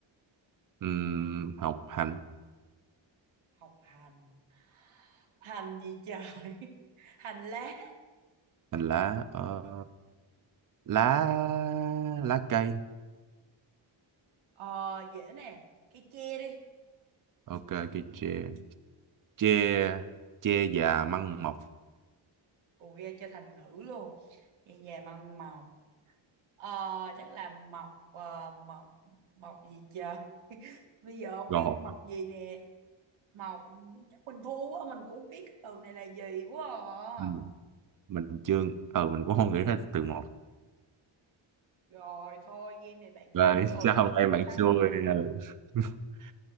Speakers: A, on the right; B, on the right.
A: Ừm, học hành
B: học hành hành gì trời <laughs> hành lá
A: hành lá Ờ, lá lá cây
B: ờ dễ nè cái tre đi
A: ok cây tre tre tre già măng mọc
B: Ồ ghê cho thành ngữ luôn về về măng mọc ờ chắc là mọc ờ, mọc mọc gì trời <laughs> bây giờ không biết
A: gọt
B: mọc gì nè mọc chắc mình thua quá mình cũng không biết cái từ này là gì quá
A: mình
B: à.
A: mình chưa ờ mình cũng không nghĩ hết từ một
B: rồi thôi game này bạn thắng
A: rồi <laughs>
B: rồi
A: sao
B: chứ
A: hôm
B: mình đâu
A: nay bạn
B: có thắng
A: xui
B: nổi
A: ừ. <laughs>